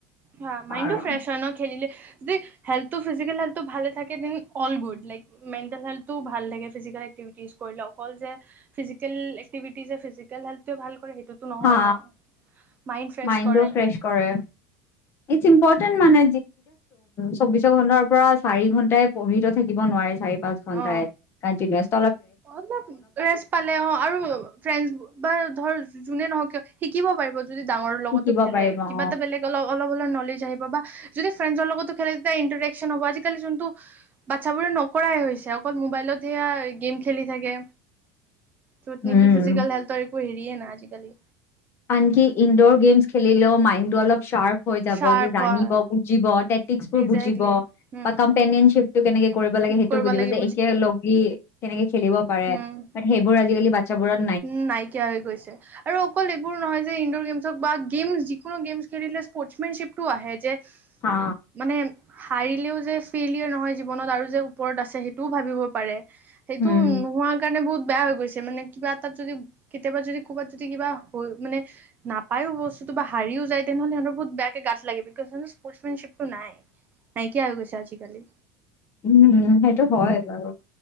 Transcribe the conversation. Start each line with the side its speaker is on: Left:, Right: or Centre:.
Right: হা, মাইণ্ডটো
Left: আৰু
Right: ফ্ৰেছ হয় ন খেলিলে যি হেল্থো ফিজিকেল হেল্থো ভাল থাকে then all good like mental হেল্থটোও ভাল লাগে ফিজিকেল এক্টিভিটিজ কৰিলে অকল যে ফিজিক্টিজিকেল একটিভিটি ফিজিকেল হেল্ট ভাল কৰে সেইটো নহয়
Left: হা
Right: ন মাইণ্ড ফ্ৰেচ
Left: মাইণ্ডটো
Right: কৰে।
Left: ফ্ৰেছ কৰে ই ইম্পৰ্টটেন মানে চৌবিশ ঘন্টাৰ পৰা চাৰি ঘন্টাই পঢ়ি তো থাকিব নোৱাৰে চাৰি পাঁচ ঘন্টাই।
Right: অ
Left: কণ্টিনাছ।
Right: অলপ ৰেষ্ট পালে অ', আৰু ফ্ৰেণ্ড বা ধৰ যোনে নহও কিয় শিকিব পাৰিব। যদি ডাঙৰ লগতো
Left: শিকিব
Right: খেলে
Left: পাৰিব অ
Right: কিবা এটা বেলেগ অলপ অলপ, অলপ নলেজ আহিব বা যদি ফ্ৰেনজৰ লগতো খেলে তেতিয়া ইন্টাৰেশচন হ'ব আজিকালি যোনটো বাচ্ছাাবোৰে নকৰাই হৈছে অকল মোবাইলত সেয়া গেম খেলি থাকে য'ত
Left: উম।
Right: নেকি ফিজিকেল হেল্থৰ একো হেৰিয়ে নাই আজিকালি
Left: আনকি ইনড'ৰ গেমছ খেলিলেও মাইণ্ড টো অলপ চ্বাৰ্প হৈ যাব
Right: চাৰ্প
Left: যে জানিব
Right: হয়
Left: বুজিব টেকটিক বোৰ
Right: একজেক্টলি
Left: বুজিব
Right: উম
Left: বা কম্পেনিয়নিপ টো কেনেকে কৰিব লাগে সেইটো
Right: কৰিব
Left: বুজিব
Right: লাগে
Left: যে একে লগি কেনেকে খেলিব পাৰে
Right: উম
Left: সেইবোৰ আজিকালি বাচ্ছাবোৰত
Right: উম নাইকিয়া হৈ গৈছে। আৰু অকল এইবোৰ নহয় যে ইনডোৰ গেমছক বা গেমছ যিকোনো গেমছ খেলিলে স্পৰ্টছমেনশ্বিপটো আহে যে
Left: হা।
Right: মানে হাৰিলেও যে ফেইলিয়ৰ নহয় জীৱনত আৰু যে ওপৰত আছে সেইটোও ভাবিব পাৰে। সেইটো
Left: উম,
Right: নোহোৱাৰ কাৰণে বহুত বেয়া হৈ গৈছে মানে। কিবা এটাত যদি কেতিয়াবা যদি ক'ৰবাত যদি কিবা হয় মানে নাপায়ো বস্তুটো বা হাৰিও যায় তেনেহ'লে সিহতৰ বহুত বেয়াকে গাত লাগিব বিক'জ সিহঁতৰ স্পৰ্ট স্পেনশ্বিপটো নাই। নাইইকিয়া হৈ গৈছে আজিকালি।
Left: উম, হম সেইটো হয় বাৰু।